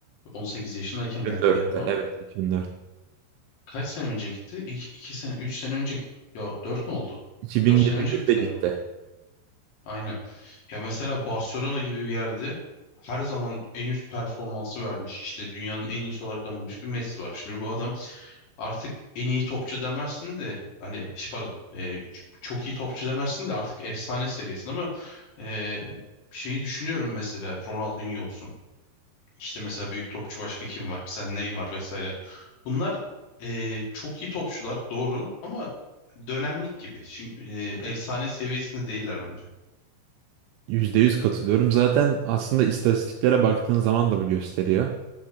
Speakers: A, on the left (about 60°); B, on the right (about 80°).
A: 18 yaşındayken
B: 2004'te
A: geldi galiba.
B: evet. 2004.
A: Kaç sene önce gitti? İki, iki sene, üç sene önce gitti. Yo, dört mü oldu?
B: 2021'de
A: Dört sene önce gitti
B: gitti.
A: galiba. Aynen. Ya mesela Barcelona gibi bir yerde her zaman en üst performansı vermiş. İşte dünyanın en iyisi olarak anılmış bir Messi var. Şimdi bu adam artık en iyi topçu demezsin de hani ş- pardon e, ç- çok iyi topçu demezsin de artık efsane seviyesinde ama e, şeyi düşünüyorum mesela Ronaldinho olsun. İşte mesela büyük topçu başka kim var? Mesela Neymar vesaire. Bunlar e, çok iyi topçular doğru ama dönemlik gibi. Şimdi, e, efsane seviyesinde değiller bence.
B: %100 katılıyorum. Zaten aslında istatistiklere baktığın zaman da bu gösteriyor.